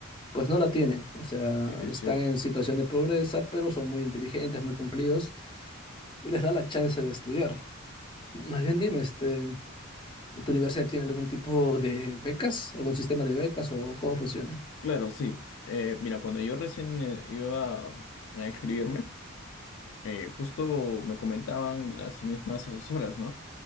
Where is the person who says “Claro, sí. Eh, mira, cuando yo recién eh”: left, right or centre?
Left